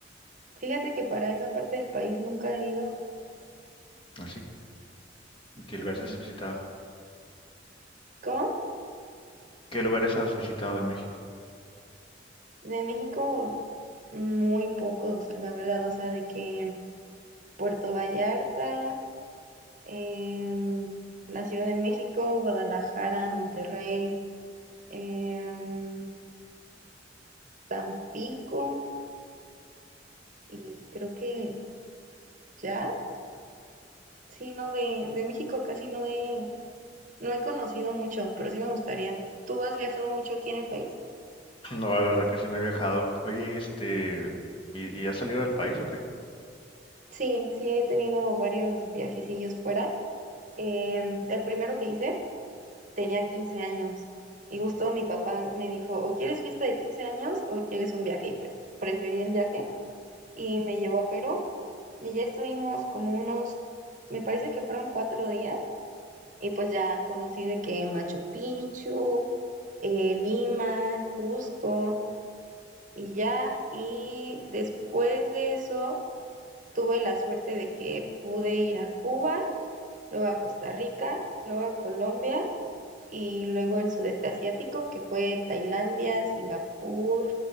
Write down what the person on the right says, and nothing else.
Fíjate que para esa parte del país nunca he ido.
Mm,
¿Cómo?
De México, muy pocos, la verdad. O sea, de que Puerto Vallarta, em, la Ciudad de México, Guadalajara, Monterrey, em, Tampico y creo que ya. Sí, no, de, de México casi no he, no he conocido mucho, pero sí me gustaría. ¿Tú has viajado mucho aquí en el país?
Sí, sí he tenido varios viajecillos fuera. Em, el primero que hice tenía 15 años y justo mi papá me dijo, o quieres fiesta de 15 años o quieres un viaje. Y pues preferí el viaje y me llevó a Perú y ya estuvimos como unos, me parece que fueron cuatro días y pues ya conocí de que Machu Picchu, eh, Lima, Cusco y ya. Y después de eso tuve la suerte de que pude ir a Cuba luego a Costa Rica, luego a Colombia y luego el sudeste asiático, que fue Tailandia, Singapur,